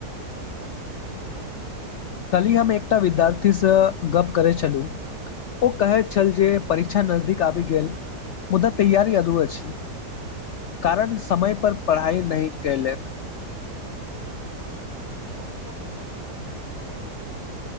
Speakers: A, on the left; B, on the left.
A: करनाइ जरूरी छै,
B: कलहि हम एकटा विद्यार्थीसँ गप करै छलूँ ओ कहैत छल जे परीक्षा नजदीक आबि गेल मुदा तैयारी अदौ अछी कारण समय पर पढ़ाई नहि कैलक
A: हँ, ई समस्या तऽ बहुत तुम सामान्य छै।